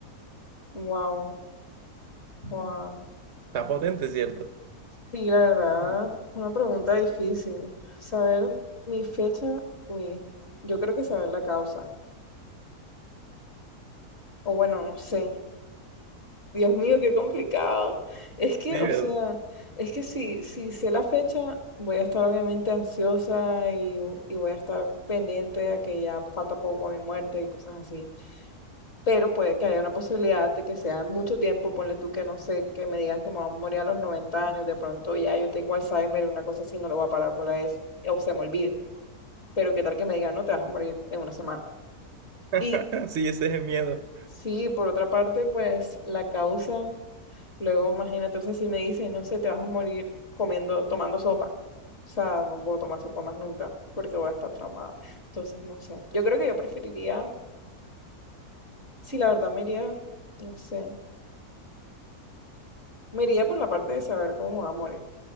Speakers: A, on the left; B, on the right.
A: Wow, Juan.
B: Está potente, ¿cierto?
A: Sí, la verdad,
B: Mm.
A: una pregunta difícil. Saber mi fecha, uy, yo creo que saber la causa. O bueno, no sé. Dios mío, qué complicado. Es que,
B: Sí,
A: o
B: ¿verdad?
A: sea, es que si, si sé la fecha, voy a estar obviamente ansiosa y, y voy a estar pendiente a que ya falta poco a mi muerte y cosas así. Pero puede que haya una posibilidad de que sea en mucho tiempo, ponle tú que no sé, que me digan que me voy a morir a los 90 años, de pronto ya yo tengo Alzheimer o una cosa así, no le voy a parar bola a eso, o se me olvide. Pero qué tal que me digan, no, te vas a morir en una semana. Y
B: <laughs> Sí, ese es el miedo.
A: sí, por otra parte, pues la causa. Luego, imagínate, o sea, si me dicen, no sé, te vas a morir comiendo, tomando sopa. O sea, no puedo tomar sopa más nunca porque voy a estar traumada. Entonces, no sé. Yo creo que yo preferiría, si la verdad me iría, no sé, me iría por la parte de saber cómo va a morir.